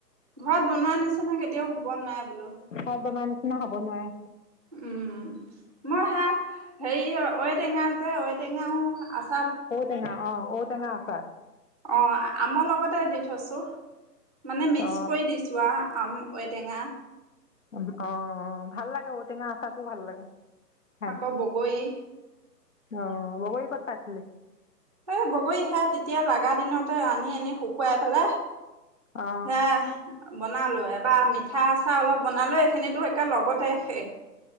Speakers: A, on the right; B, on the left.
A: ঘৰত বনোৱা নিচিনা কেতিয়াও হ'ব নোৱাৰে বোলো।
B: ঘৰত বনোৱাৰ নিচিনা হব নোৱাৰে।
A: উম, মই সেয়া হেৰি ঐটেঙা যে ঐটেঙাও আছ
B: ঔটেঙা অ, ঔটেঙা আচাৰ।
A: অ, আমৰ লগতে দি থৈছো মানে মিক্স
B: অ
A: কৰি দিছো আ আম ঐটেঙা।
B: উম অ, ভাল লাগে ঔটেঙা আচাৰটো ভাল লাগে। খাই
A: আকৌ বগৰী।
B: অ, বগৰী কত পাইছিলি?
A: এই বগৰী হে তেতিয়া লাগা দিনতে আনি আনি শুকুৱাই পেলাই
B: অ
A: সেয়া বনালো, এবাৰ মিঠা আচাৰ অলপ বনালো এইখিনিতো একে লগতে শেষ।